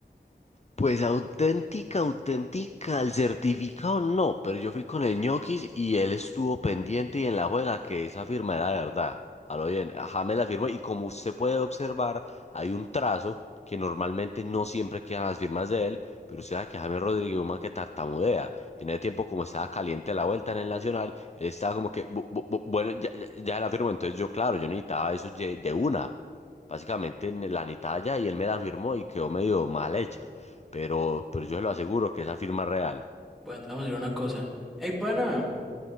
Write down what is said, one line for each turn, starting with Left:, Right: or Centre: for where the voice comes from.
Left: Pues auténtica, auténtica, el certificado no, pero yo fui con el ñoquis y él estuvo pendiente y en la juega que esa firma era verdad. A lo bien, ajá, me la firmó y como usted puede observar, hay un trazo que normalmente no siempre quedan las firmas de él, pero usted sabe que James Rodríguez es un man que tartamudea. Y en ese tiempo, como estaba caliente la vuelta en el Nacional, él estaba como que, "Bu- bu- bu- bueno, ya, ya, ya la firmó, entonces yo, claro, yo necesitaba eso ye- de una. Básicamente ne- la necesitaba ya y él me la firmó y quedó medio mal hecha. Pero, pero yo se lo aseguro que esa firma es real.
Centre: Bueno, entonces vamos a hacer una cosa. ¡Ey, pana!